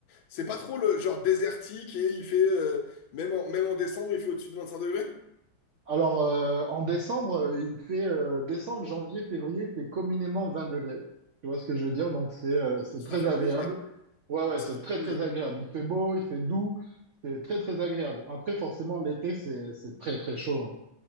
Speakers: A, on the left; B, on the right.
A: C'est pas trop le genre désertique et il fait, euh, même en, même en décembre, il fait au-dessus de vingt-cinq degrés?
B: alors euh, en décembre, euh, il fait euh, décembre, janvier, février, il fait communément 20 degrés. Tu vois ce que je veux dire? Donc, c'est euh, c'est
A: Ça
B: très
A: fait
B: agréable.
A: plaisir.
B: Ouais, ouais,
A: Ça
B: c'est
A: fait
B: très
A: plaisir.
B: très agréable. Il fait beau, il fait doux, c'est très très agréable. Après, forcément, l'été, c'est c'est très très chaud. hein.